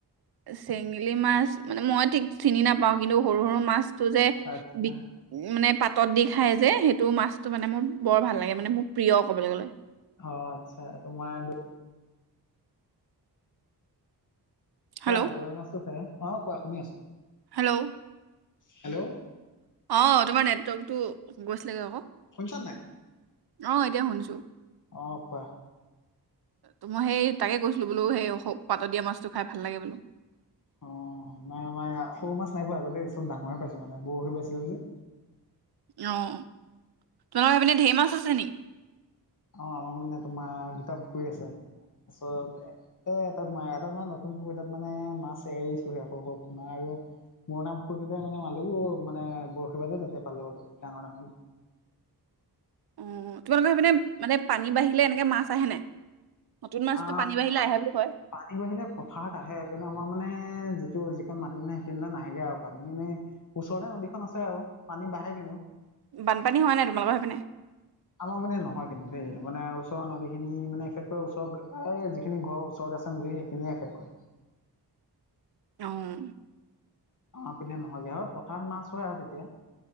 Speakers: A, on the right; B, on the left.
A: চেঙেলী মাছ মানে মই ঠিক চিনি নাপাওঁ কিন্তু সৰু সৰু মাছতটো যে
B: আচ্ছা,
A: বি মানে পাত তত দি খায় যে সেইটো মাছটো মানে মোৰ বৰ ভাল লাগে। মানে মোৰ প্ৰিয় ক'বলৈ গ'লে।
B: অ' আচ্ছা তোমাৰ
A: হেল্ল'
B: হয় গৰু মাছো খে অ', কোৱা শুনি আছো।
A: হেল্ল'।
B: হেল্ল'।
A: অ', তোমাৰ নেটৱৰ্ক টো গৈছিল লাগে আকৌ।
B: শুনিছা নাই?
A: অ', এতিয়া শুনছো।
B: অ', কোৱা।
A: ত' মই সেই তাকে কৈছিলো বোলো সেই পাতত দিয়া মাছটো খাই ভাল লাগে বোলো।
B: অ'। নাই আমাৰ সৰু মাছ নাই পোৱা আগতে চব ডাঙৰে পাইছে মানে বৰশী পাইছে যে।
A: অ', তোমালোকৰ এইপিনে ঢেৰ মাছ আছে নেকি?
B: অ', আমাৰ মানে তোমাৰ দুটা পুখুৰী আছে। তাৰপিছত এ, তাত মাতা মানে নতুন পুখুৰী তাত মানে মাছ এৰিছোহে শৰু শৰু পাৰ আৰু মুৰণাখুৰটোতে মানে মালুহো মানে বৰশী বালে তাতে পালো অলপ ডাঙৰ ডাঙৰ <inaudible>
A: তোমালোকৰ সেপিনে মানে পানী বাঢ়িলে এনেকে মাছ আহে নাই? নতুন মাছটো
B: অ',
A: পানী বাঢ়িলে আহে বুলি কয়
B: পানী বাঢ়িলে পথাৰত আহে সেইকাৰণে আমাৰ মানে যিটো যিখন মাটি মানে সেইখিনে নাহেগে আৰু পানী এনেে ওচৰতে নদীখন আছে আৰু। পানী বাঢ়ে কিন্তু।
A: বানপানী হোৱা নাই তোমালোকৰ সেইপিনে?
B: আমাৰ মানে নহয় কিন্তু দেই মানে ওচৰৰ নদী খিনি মানে বিশেষক ওচৰ এই যিখিনি ঘৰৰ ওচৰতে বুলি সেইখিনিয়ে একেষকৈ
A: অ'।
B: অ', পিনে নহয়গে হয় পথাৰ মাছ হয় আৰু তেতিয়া।